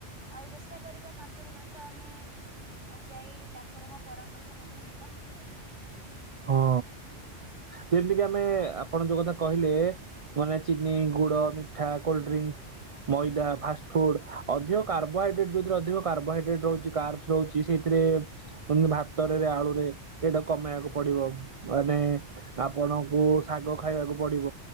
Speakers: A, on the right (about 85°); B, on the right (about 50°).
A: ଆଉ ଚେଷ୍ଟା କରିବା ମାସକୁ ମାସ। ତ ଆମେ ଯାଇ ଡାକ୍ତରଙ୍କ ପରାମର୍ଶ ମଧ୍ୟ ନେବା।
B: ହଁ ଯେମିତିକି ଆମେ ଆପଣ ଯୋଉ କଥା କହିଲେ। ମାନେ ଚିନି ଗୁଡ ମିଠା କୋଲ୍ଡ୍ରିଙ୍କସ। ମଇଦା ଫାଷ୍ଟଫୁଡ ଅଧିକ କାର୍ବୋହାଇଡ୍ରେଟ୍ ଯୋଥିରେ ଅଧିକ କାର୍ବୋହାଇଡ୍ରେଟ ରହୁଛି କର୍ଶ। ରହୁଛି ସେଇଥିରେ ଭାତରେରେ ଆଳୁରେ ଏଇଟା କମେଇବାକୁ। ପଡିବ ମାନେ
A: ଆଜ୍ଞା
B: ଆପଣଙ୍କୁ ଶାଗ ଖାଇବାକୁ ପଡିବ।